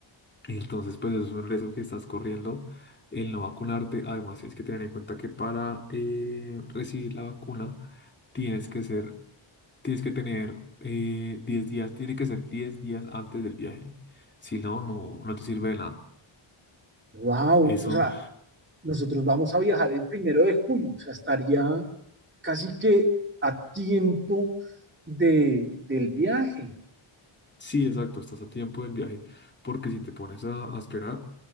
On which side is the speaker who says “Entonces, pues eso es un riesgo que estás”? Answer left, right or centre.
Left